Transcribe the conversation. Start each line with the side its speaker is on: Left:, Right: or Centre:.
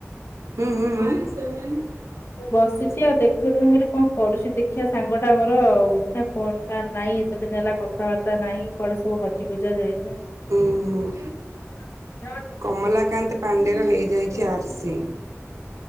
Right: ହୁଁ ହୁଁ <unintelligible>
Left: ବସିଛି ଆଉ ଦେଖୁଁ ବୋଲି କଣ କରୁଛି ଦେଖିବା ସାଙ୍ଗଟା ମୋର ଆଉ ଫୋନ ଫାନ ନାହିଁ ଏତେଦିନ। କଥାବାର୍ତ୍ତା ନାଇଁ କୁଆଡେ ସବୁ ହଜିହୁଯା ଯାଇଛ।
Right: ଉୁଁ ହୁଁ।
Left: ହ <unintelligible> <inaudible>
Right: କମଲାକାନ୍ତ ପାଣ୍ଡେର ହେଇଯାଇଛି ଆର୍ସି।